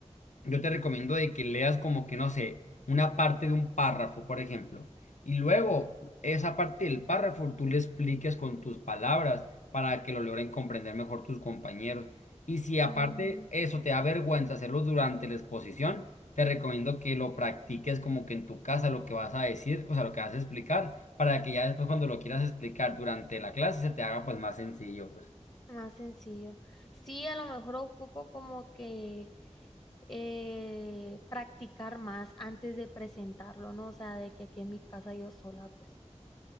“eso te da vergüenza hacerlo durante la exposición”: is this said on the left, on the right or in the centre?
Left